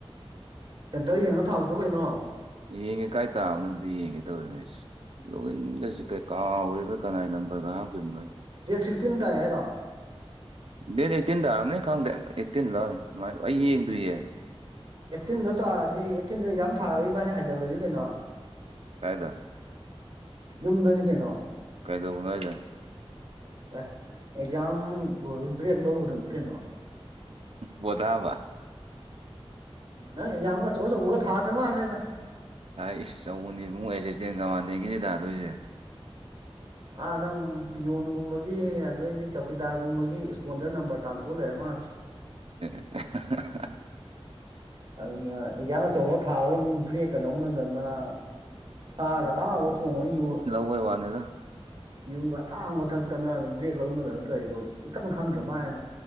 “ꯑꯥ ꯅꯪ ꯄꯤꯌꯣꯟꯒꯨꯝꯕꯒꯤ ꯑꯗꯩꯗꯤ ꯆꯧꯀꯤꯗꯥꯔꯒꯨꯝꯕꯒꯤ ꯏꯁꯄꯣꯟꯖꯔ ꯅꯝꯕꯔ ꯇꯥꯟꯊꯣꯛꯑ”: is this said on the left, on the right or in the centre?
Right